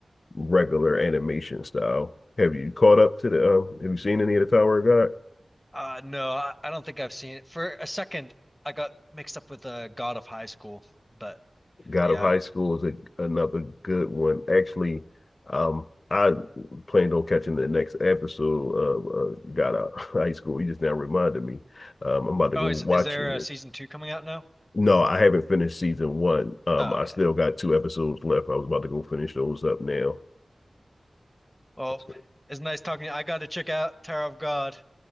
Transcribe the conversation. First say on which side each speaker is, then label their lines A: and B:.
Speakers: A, on the left (about 55°); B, in the centre.
A: regular animation style. Have you caught up to the um have you seen any of the Tower of God?
B: Uh no, I, I don't think I've seen it. For a second, I got mixed up with uh, God of High School, but
A: God
B: yeah.
A: of High School is a, another good one. Actually, um, I planned on catching the next episode of uh, God of High School. You just now reminded me. Um, I'm about to
B: Oh,
A: go
B: is
A: watch
B: is there
A: it.
B: a season two coming out now?
A: No, I haven't finished season one. Um,
B: Oh,
A: I
B: okay.
A: still got two episodes left. I was about to go finish those up now.
B: Well,
A: So,
B: it's nice talking to you. I got to check out Tower of God.